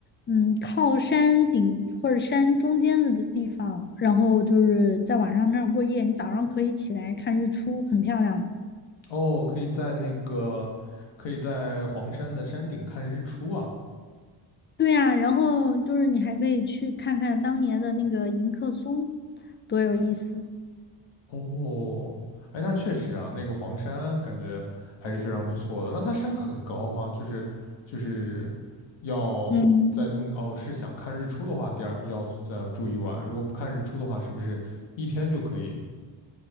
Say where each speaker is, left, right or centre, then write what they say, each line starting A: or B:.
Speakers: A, on the left; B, on the left.
A: 嗯靠山顶或者山中间的的地方，然后就是在晚上那儿过夜，你早上可以起来看日出，很漂亮的。
B: 哦，可以在那个，可以在黄山的山顶看日出啊。
A: 对呀，然后就是你还可以去看看当年的那个迎客松，多有意思。
B: 哦，哎，那确实啊，那个黄山感觉还是非常不错的。那它山很高吗？就是就是要在中间，
A: 嗯，
B: 哦，是想看日出的话，第二要再住一晚。如果不看日出的话，是不是一天就可以？